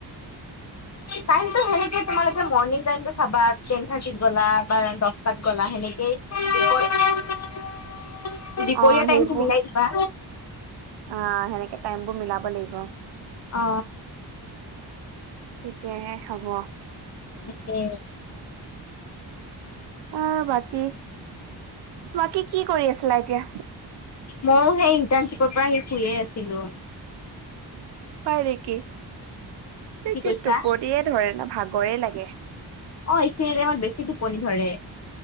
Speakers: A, on the left; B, on the right.
A: টাইমটো সেনেকে তোমালোকে মৰ্ণিং টাইমটো চাবা ট্ৰেন থাৰ্টিত গ'লা বা দচটাত গ'লা সেনেকেই দুপৰীয়া
B: অ সেইবোৰ
A: টাইমটো মিলাই দিবা
B: আহ সেনেকে টাইম বোৰ মিলাব লাগিব
A: অ
B: তেতিয়াহে হব
A: তাকে
B: অহ বাকী বাকী কি কৰি আছিলা এতিয়া
A: মইও সেই ইণ্টাৰ্ণশিপৰ পৰা আহি শুয়ে আছিলো
B: হয় নেকি এই
A: কি
B: কে
A: কৈছা
B: টোপনিয়ে ধৰে ন ভাগৰে লাগে
A: অ এইখিন টাইমত বেছি টোপনি ধৰে